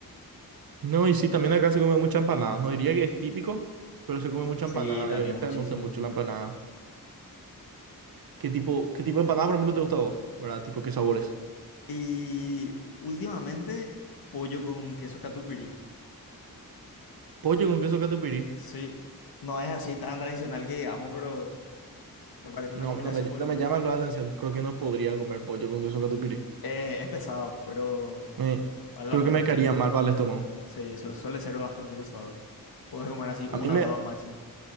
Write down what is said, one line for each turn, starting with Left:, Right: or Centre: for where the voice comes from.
Right: No, y sí, también acá se come mucha empanada. No diría que es típico, pero se come mucha
Left: Sí,
Right: empanada
Left: también
Right: y a mí también
Left: muchísimo.
Right: me gusta mucho la empanada. ¿Qué tipo, qué tipo de empanada por ejemplo te gusta a vos? ¿Verdad? Tipo, ¿qué sabores?
Left: Y últimamente, pollo con queso catupirí.
Right: Pollo con queso catupiry.
Left: Sí, no es así tan tradicional que digamos, pero me parece una
Right: No,
Left: combinación
Right: no me,
Left: muy
Right: no
Left: buena.
Right: me llama la atención. Creo que no podría comer pollo con queso catupiry.
Left: Eh, es pesado, pero
Right: Me-
Left: vale
Right: creo
Left: la pena.
Right: que me caería mal para el estómago.
Left: Sí, su- suele ser bastante pesado. Puedes comer así una
Right: A mí me,
Left: o dos máximo.